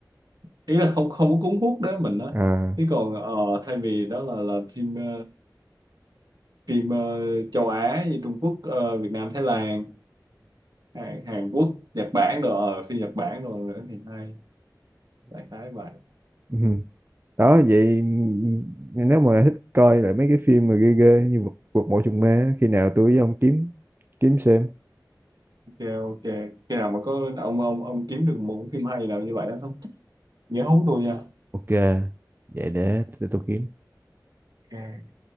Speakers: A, on the right; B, on the right.
A: ý là không không có cuốn hút đó mình á
B: à
A: Thế còn ờ, thay vì đó là là phim ờ, phim ờ, châu Á như Trung Quốc ờ, Việt Nam Thái Lan Hàn, Hàn Quốc Nhật Bản rồi ờ, phim Nhật Bản rồi nữa thì hay đại khái vậy
B: ừ. <laughs> đó vậy nếu mà thích coi lại mấy cái phim mà ghê ghê như cuộc, cuộc mộ trùng ma á, khi nào tôi với ông kiếm kiếm xem
A: ok ok khi nào mà có ông ông ông kiếm được một cái phim hay nào như vậy đó không nhớ hú tôi nha
B: ok vậy để tôi, tôi kiếm
A: Ok.